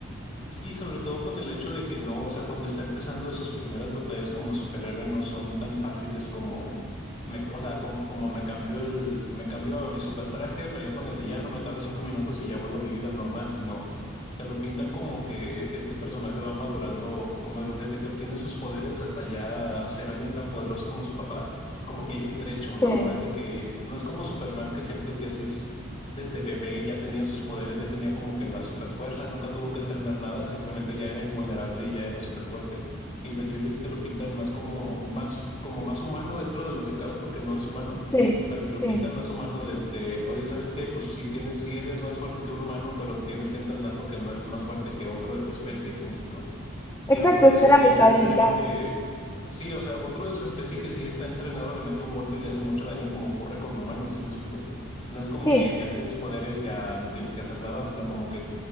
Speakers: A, on the left; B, on the left.
A: Sí, sobre todo con el hecho de que no, o sea, cuando está empezando sus primeras batallas como superhéroe no son tan fáciles como, me, o sea, como, como me cambió el, me cambió a mi super traje, peleo con el villano, me tardo cinco minutos y ya vuelvo a mi vida normal, sino te lo pintan como que este personaje va madurando, como desde que obtiene sus poderes hasta ya ser alguien tan poderoso como su papá, como que hay un trecho, no,
B: Sí,
A: no es de que, no es como Superman que siento que así es desde bebé ya tenía sus poderes, ya tenía como que la super fuerza, nunca tuvo que entrenar nada, simplemente ya era invulnerable y ya era súper fuerte. Invencible sí te lo pintan más como, más, como más humano dentro de lo que cabe, porque no es humano,
B: sí,
A: pero te lo
B: sí.
A: pintan más humano desde, oye, ¿sabes qué? Pues sí tienes, sí eres más fuerte que un humano, pero tienes que entrenar porque no eres más fuerte que otro de tu especie, ¿sí me explico?
B: Exacto,
A: Y otro de
B: es
A: su
B: que
A: especie
B: era mitad
A: sí
B: y mitad.
A: le mete, sí, o sea, otro de su especie que sí está entrenado le mete un golpe y le hace mucho daño, como ocurre con humanos, ¿sí me explico? No es como
B: Sí.
A: que ya tienes poderes, ya no tienes que hacer nada, sino como que